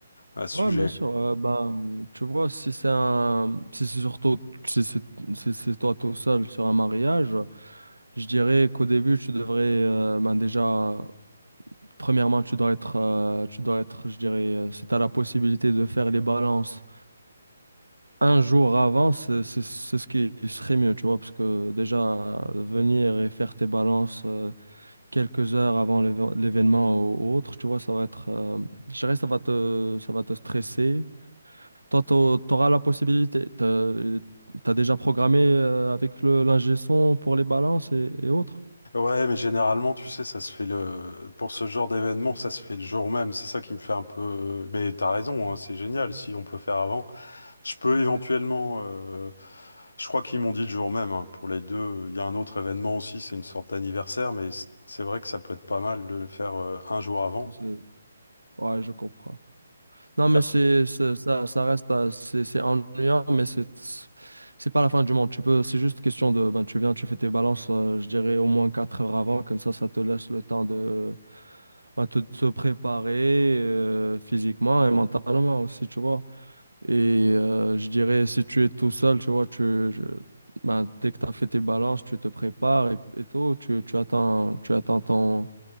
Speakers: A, on the left (about 70°); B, on the right (about 85°).
A: à ce
B: Ouais,
A: sujet.
B: bien sûr. euh, bah, tu vois, si c'est un, si c'est surtout, si c'est, si c'est toi tout seul sur un mariage, je dirais qu'au début, tu devrais, euh, ben déjà, premièrement, tu dois être, euh, tu dois être, je dirais, euh, si tu as la possibilité de faire les balances un jour avant, c'est, c'est, c'est ce qui serait mieux, tu vois, parce que déjà, euh, venir et faire tes balances euh, quelques heures avant l'éve- l'événement ou autre, tu vois, ça va être, euh, je dirais, ça va te, ça va te stresser. Toi, t'au- t'auras la possibilité. T'as, t'as déjà programmé euh, avec le l'ingé son pour les balances et, et autres.
A: Ouais, mais généralement, tu sais, ça se fait le pour ce genre d'événement, ça se fait le jour même. C'est ça qui me fait un peu. Mais t'as raison, hein, c'est génial si on peut faire avant. Je peux éventuellement. euh, Je crois qu'ils m'ont dit le jour même hein, pour les deux. Il y a un autre événement aussi, c'est une sorte d'anniversaire, mais c'est vrai que ça peut être pas mal de le faire euh, un jour avant.
B: Je- Ouais, je comprends. Non,
A: Après,
B: mais c'est, c'est- ça, ça reste, euh, c'est c'est ennuyant, mais c'est, c'est pas la fin du monde. Tu peux, c'est juste question de, ben, tu viens, tu fais tes balances, euh, je dirais au moins 4 heures avant, comme ça, ça te laisse le temps de, ben, te, te préparer euh, physiquement et mentalement aussi, tu vois. Et euh, je dirais, si tu es tout seul, tu vois, tu, je- ben, dès que tu as fait tes balances, tu te prépares et, et tout, tu, tu attends, tu attends ton,